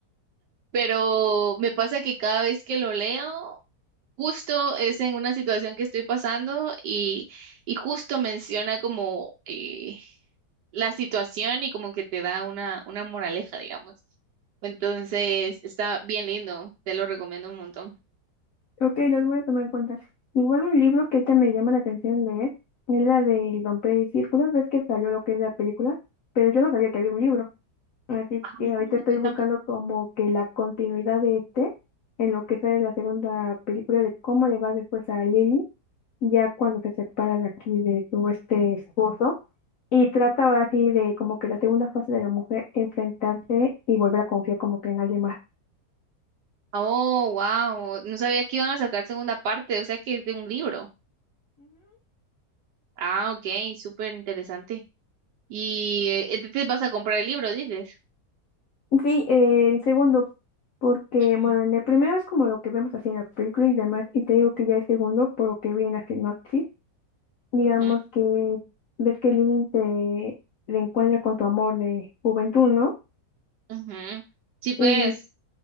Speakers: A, on the right; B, on the left.
A: pero me pasa que cada vez que lo leo, justo es en una situación que estoy pasando y, y justo menciona como... eh, la situación y como que te da una, una moraleja, digamos. Entonces, está bien lindo, te lo recomiendo un montón.
B: Ok, los voy a tomar en cuenta. Igual un libro que ahorita me llama la atención leer es la del Romper el Círculo. Ves que salió lo que es la película, pero yo no sabía que había un libro. Así
A: Ah,
B: que ahorita estoy
A: yo
B: buscando
A: tampoco.
B: como que la continuidad de este en lo que sale la segunda película de cómo le va después a Lily, ya cuando se separa de aquí de su este esposo. Y trata ahora sí de como que la segunda fase de la mujer enfrentarse y volver a confiar como que en alguien más.
A: Oh, wow, no sabía que iban a sacar segunda parte, o sea que es de un libro. Ah, ok, súper interesante. Y eh, entonces vas a comprar el libro, dices.
B: Sí, eh, el segundo, porque,
A: Ujú,
B: bueno, en el primero es como lo que vemos así en la película y demás, y te digo que ya el segundo, por lo que vi en la sinopsis, digamos
A: ujú,
B: que ves que Lily se reencuentra con su amor de juventud, ¿no?
A: ujú. Sí, pues.
B: Y,